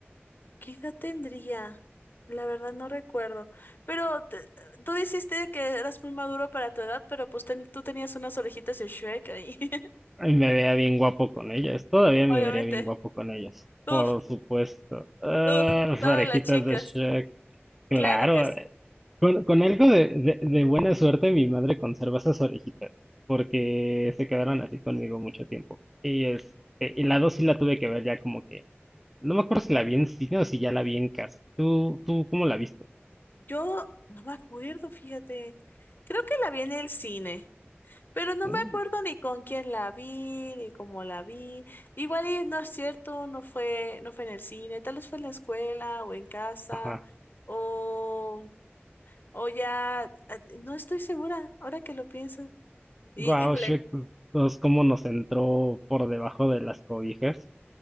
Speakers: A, on the left; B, in the centre.
A: ¿Qué edad tendría? La verdad no recuerdo. Pero te- uh, tú dijiste que eras muy maduro para tu edad, pero pues ten- tú tenías unas orejitas de Shrek ahí. <laughs>
B: Ay, me veía bien guapo con ellas, todavía
A: Obviamente.
B: me vería bien guapo con ellas.
A: Uf,
B: Por supuesto. Ah,
A: uf,
B: las
A: todas
B: orejitas
A: las chicas.
B: de Shrek. Claro,
A: Claro que sí.
B: eh, con, con algo de, de- de buena suerte mi madre conserva esas orejitas, porque se quedaron así conmigo mucho tiempo. Y este, y la dos sí la tuve que ver ya como que, no me acuerdo si la vi en cine o si ya la vi en casa. ¿Tú, tú cómo la viste?
A: Yo no me acuerdo, fíjate. Creo que la vi en el cine, pero no
B: Uh,
A: me acuerdo ni con quién la vi, ni cómo la vi. Igual y no es cierto, no fue, no fue en el cine, tal vez fue en la escuela o en casa,
B: ajá.
A: o, o ya, eh, no estoy segura, ahora que lo pienso. Y,
B: Wow,
A: híjole.
B: Shrek 2, cómo nos entró por debajo de las cobijas.